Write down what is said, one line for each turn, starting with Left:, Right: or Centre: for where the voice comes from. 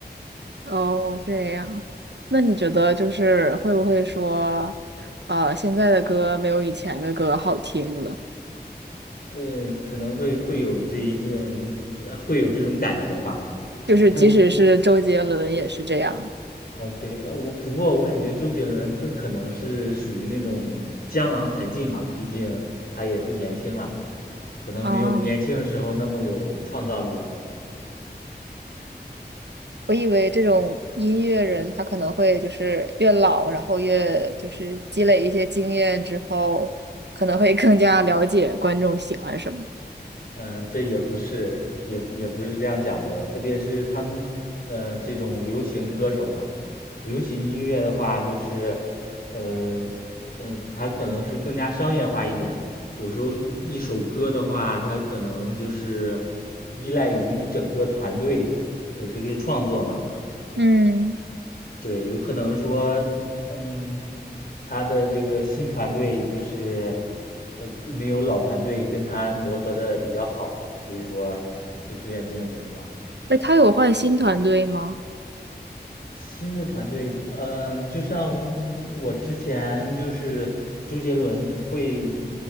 Right: 哦，这样。那你觉得就是会不会说，啊，现在的歌没有以前的歌好听了？
Left: 嗯，可能会会有这一顿，呃会有这种感觉吧。
Right: 就是即使是周杰伦也是这样的
Left: <laughs> 嗯，对，呃，我不过我感觉周杰伦更可能是属于那种江郎才尽嘛，毕竟他也不年轻了，可能没有年轻的时候那么有创造力了。
Right: 啊。我以为这种音乐人，他可能会就是越老，然后越就是积累一些经验之后，可能会更加了解观众喜欢什么。
Left: 嗯，这也不是，也不也不是这样讲的。特别是他们，呃，这种流行歌手嘛，流行音乐的话，就是，呃，呃，他可能是更加商业化一点。有时候一一首歌的话，他可能就是依赖于一整个团队的这些创作嘛。
Right: 嗯
Left: 对，有可能说，嗯，他的这个新团队就是，呃，没有老团队跟他磨合的比较好，所以说会出现这种情况。
Right: 哎，他有换新团队吗？
Left: 新的团队，嗯，就像我之前就是周杰伦就会，